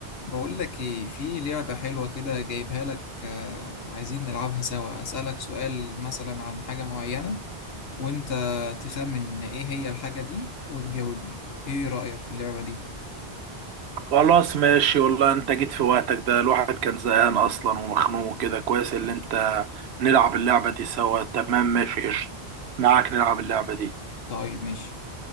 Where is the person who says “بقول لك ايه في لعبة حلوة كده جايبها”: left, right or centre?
Left